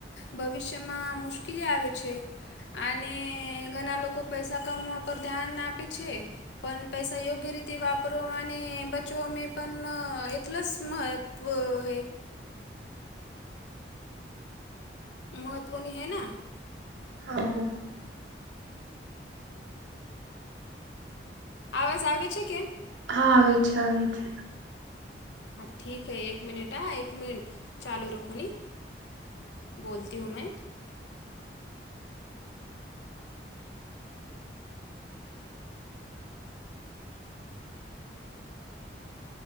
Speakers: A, on the left; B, on the right.
A: ભવિષ્યમાં મુશ્કેલી આવે છે. આને ઘણા લોકો પૈસા કમાવા પર ધ્યાન આપે છે. પણ પૈસા યોગ્ય રીતે વાપરો અને બચવો મે પણ એટલ જ મહ ત્વ હૈ. મહત્વની હૈના?
B: હા. હા.
A: આવાઝ આવે છે કે?
B: હા, આવે છે. આવે છે
A: હા ઠીક હૈ. એક મિનિટ હા એક મિનટ. ચાલુ રખો ને. બોલતી હું મે.